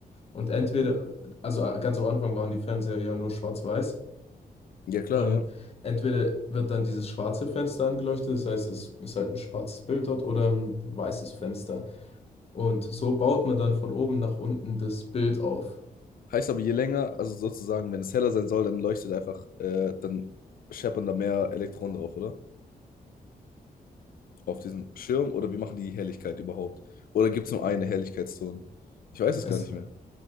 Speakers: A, on the left; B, on the left.
A: Und entweder, also äh, ganz am Anfang waren die Fernseher ja nur schwarz-weiß.
B: Ja, klar,
A: Ähm,
B: ja.
A: entweder wird dann dieses schwarze Fenster angeleuchtet, das heißt, es ist halt ein schwarzes Bild dort oder ein weißes Fenster. Und so baut man dann von oben nach unten das Bild auf.
B: Heißt aber, je länger, also sozusagen, wenn es heller sein soll, dann leuchtet einfach, äh, dann scheppern da mehr Elektronen drauf, oder? Auf diesen Schirm oder wie machen die die Helligkeit überhaupt? Oder gibt es nur eine Helligkeitszone? Ich weiß es
A: Es,
B: gar nicht mehr.